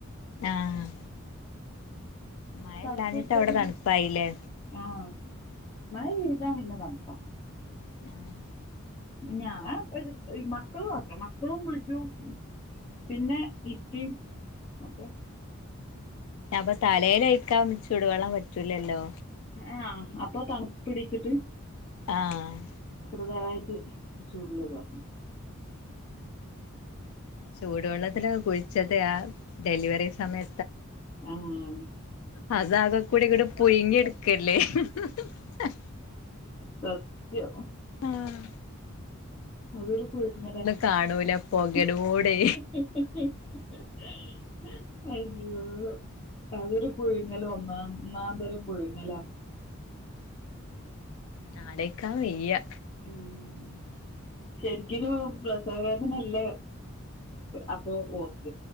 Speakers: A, on the left (about 75°); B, on the left (about 25°).
A: ആഹ് മഴ
B: തണുപ്പുടിച്ച
A: ഇല്ലാഞ്ഞിട്ട് അവിടെ
B: പിന്നെ
A: തണുപ്പായില്ലേ
B: ആഹ് മഴപെയ്താ പിന്നെ തണ്പ്പാ
A: <inaudible>
B: ഞാൻ ഒരു മക്കളൊക്കെ മക്കള്ളും കുളിയ്ക്കും പിന്നെ ഇക്ക് പി ഓക്കെ
A: അപ്പൊ തലേലൊഴിക്കാൻ ചുടുവെള്ളം പറ്റൂലല്ലോ.
B: ആഹ് അപ്പൊ തണുപ്പടിച്ചിട്ട്
A: ആഹ്
B: ചെറുതായിട്ട് <unintelligible>
A: ചൂടുവെള്ളത്തില് കുഴിച്ചത് ആ ഡെലിവറി സമയ
B: ആഹ്
A: അതാകെ കൂടി ങ്ട്ട് പുഴുങ്ങിട്ക്കല്ലേ ഹ് ഹ് ഹ് ഹ്
B: സത്യം
A: ആഹ്
B: അതൊരു പുഴുങ്ങലാ
A: കാണൂല പൊകേടൂടെ
B: ഹ് ഹ് ഹ് ഹ് <inaudible> അയ്യോ അതൊരു പഴുങ്ങല് ഒന്നാ ന്നാന്തരം പുഴുങ്ങലാ
A: നാടക്കാ വെയ്യ
B: ഉം ശരിക്കരു പ്രസവ വേദനല്ല അപ്പൊ ഓർ